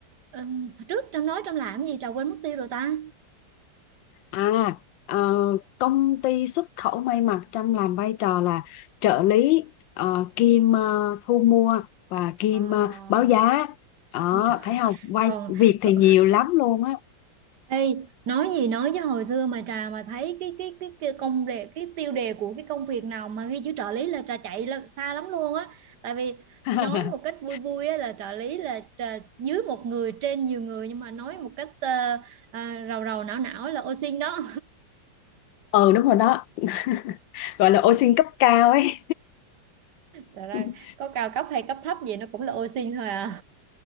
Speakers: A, on the right (about 65°); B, on the left (about 80°).
A: ừm, trước Trâm nói Trâm làm gì Trà quên mất tiêu rồi ta.
B: À, ờ, công ty xuất khẩu may mặc Trâm làm vai trò là trợ lý ờ, kiêm ờ, thu mua và kiêm
A: Ờ,
B: ờ, báo giá. Đó,
A: ôi trời,
B: thấy không? Vai
A: còn,
B: việc thì
A: còn
B: nhiều lắm luôn á.
A: ê, nói gì nói với hồi xưa mà Trà mà thấy cái cái cái, cái công đề cái tiêu đề của cái công việc nào mà ghi chữ trợ lý là Trà chạy là xa lắm luôn á. Tại vì
B: <laughs>
A: nói một cách vui vui á, là trợ lý là trà, dưới một người trên nhiều người nhưng mà nói một cách ờ, à, rầu rầu não não là ô xin đó.
B: Ừ đúng rồi đó. <laughs> Gọi là ô xin cấp cao ấy.
A: Thật ra
B: <laughs>
A: có cao cấp hay cấp thấp gì nó cũng là ô sin thôi à.